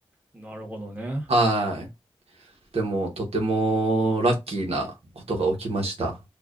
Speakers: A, on the right (about 15°); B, on the right (about 80°).
A: なるほどね。
B: はい。でもとてもラッキーなことが起きました。